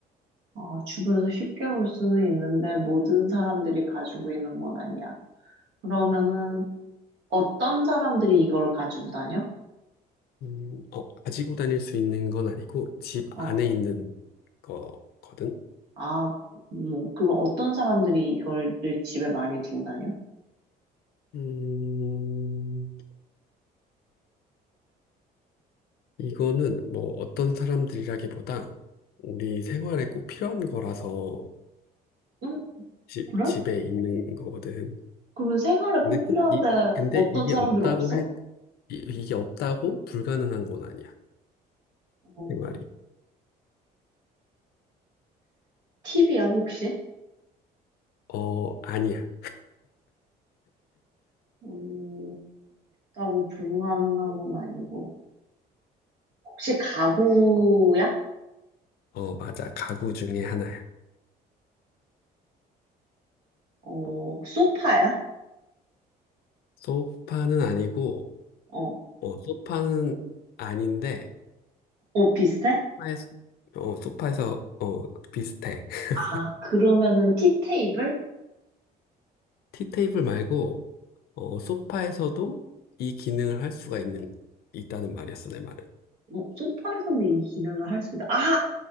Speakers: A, on the right (about 80°); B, on the left (about 65°).
A: 어, 주변에서 쉽게 볼 수는 있는데 모든 사람들이 가지고 있는 건 아니야. 그러면은 어떤 사람들이 이걸 가지고 다녀?
B: 음, 어, 가지고 다닐 수 있는 건 아니고 집
A: 어,
B: 안에 있는 거거든.
A: 아, 뭐, 그러면 어떤 사람들이 이걸 집에 많이 두고 다녀?
B: 음, 이거는 뭐 어떤 사람들이라기보다 우리 생활에 꼭 필요한 거라서
A: 응,
B: 집,
A: 그래?
B: 집에 있는 거거든.
A: 그러면 생활에
B: 근데
A: 꼭
B: 꼭
A: 필요한데
B: 이, 근데
A: 어떤
B: 이게
A: 사람들은
B: 없다고
A: 없어?
B: 해, 이- 이게 없다고 불가능한 건 아니야.
A: 어,
B: 생활이.
A: 팁이야, 혹시?
B: 어, 아니야.
A: 음, 없다고 불가능한 건 아니고. 혹시 가구야?
B: 어, 맞아. 가구 중에 하나야.
A: 어, 소파야?
B: 소파는 아니고,
A: 어,
B: 어, 소파는 아닌데,
A: 어, 비슷해?
B: 에서 어, 소파에서, 어, 비슷해. <laughs>
A: 아, 그러면은 티테이블?
B: 티테이블 말고, 어, 소파에서도 이 기능을 할 수가 있는, 있다는 말이었어, 내 말은.
A: 어, 소파에서도 이 기능을 할 수 있다. 아,